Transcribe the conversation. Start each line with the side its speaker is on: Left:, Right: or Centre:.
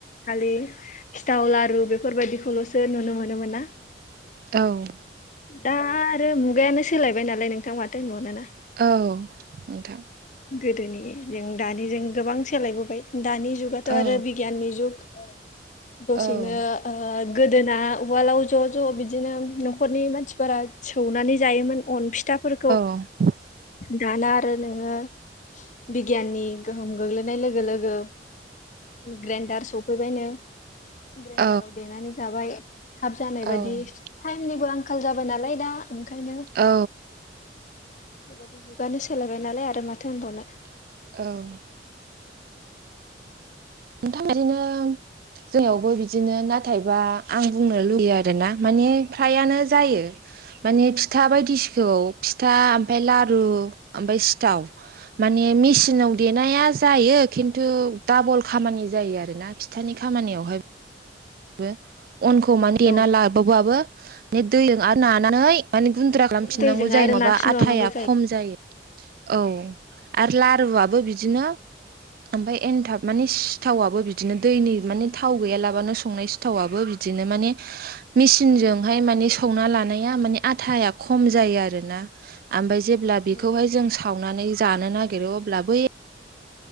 Left: खालि सिथाव लारु बेफोरबायदिखौलसो नुनो मोनोमोन ना
Right: औ
Left: दा आरो मुगायानो सोलायबाय नालाय नोंथां माथो होनबावनो ना
Right: औ नोंथां
Left: गोदोनि जों दानि जों गोबां सोलायबोबाय दानि जुगाथ आरो
Right: औ
Left: बिगियाननि जुग दसेनो
Right: औ
Left: ओ गोदोना उवालाव ज ज बिदिनो नखरनि मानसिफोरा सौनानै जायोमोन अन फिथाफोरखौ
Right: <inaudible>
Left: दाना आरो नोङो बिगियाननि गोहोम गोग्लैनाय लोगो लोगो ग्राइन्डार सफैबायनो ग्राइडाराव
Right: औ
Left: देनानै जाबाय थाब जानाय
Right: औ
Left: बायदि टाइमनिबो आंखाल जाबाय नालाय दा ओंखायनो
Right: औ
Left: बेबायदि जुगानो सोलायबाय नालाय आरो माथो होनबावनो
Right: औ नोंथां बिदिनो जोंयावबो बिदिनो नाथायबा आं बुंनो लुुबैयो आरोना माने फ्रायानो जायो माने फिथा बायदिसिखौ फिथा ओमफ्राय लारु ओमफ्राय सिथाव माने मेसिनाव देनाया जायो खिन्थु दाबल खामानि जायो आरोना फिथानि खामानियावहाय बो अनखौ माने देना
Left: औ
Right: लाबोबाबो बे दैजों आरो नानानै माने गुन्द्रा खालामफिनांगौ
Left: दैजों
Right: जायो
Left: आरो
Right: न
Left: नारसिन
Right: बा आथाया
Left: बावनांगौ
Right: खम जायो औ आरो लारुआबो बिदिनो ओमफ्राय एनथाब माने सिथावाबो बिदिनो दैनि माने थाव गैयालाबानो संनाय सिथावाबबो बिदिनो मान मेसिनजोंहाय मान संना लानाया माने आथाया खम जायो आरोना आमफ्राय जेब्ला बेखौहाय
Left: औ
Right: जों सावनानै जानो नागिरो अब्ला बै